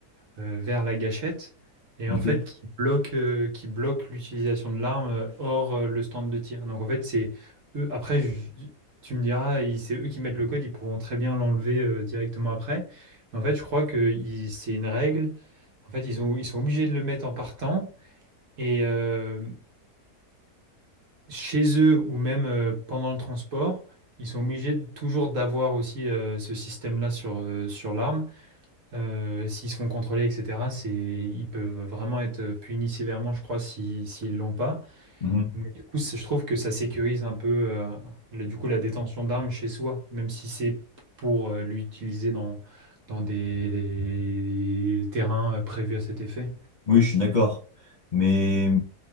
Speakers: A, on the right (about 50°); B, on the left (about 40°).
A: euh, vers la gâchette et
B: Ok.
A: en fait qui bloque, euh, qui bloque l'utilisation de l'arme euh, hors euh, le stand de tir. Donc en fait, c'est eux. Après, je- tu me diras, ils- c'est eux qui mettent le code, ils pourront très bien l'enlever euh, directement après. Mais en fait, je crois que ils- c'est une règle. En fait, ils ont, ils sont obligés de le mettre en partant et euh, chez eux ou même euh, pendant le transport. Ils sont obligés de- toujours d'avoir aussi euh, ce système-là sur, euh, sur l'arme. Euh, s'ils se font contrôler, etc., c'est, ils peuvent vraiment être punis sévèrement, je crois, si, s'ils l'ont pas.
B: Mhm.
A: Mais du coup, c'est- je trouve que ça sécurise un peu, euh, le- du coup, la détention d'armes chez soi, même si c'est pour, euh, l'utiliser dans, dans des terrains euh, prévus à cet effet.
B: Oui, je suis d'accord. Mais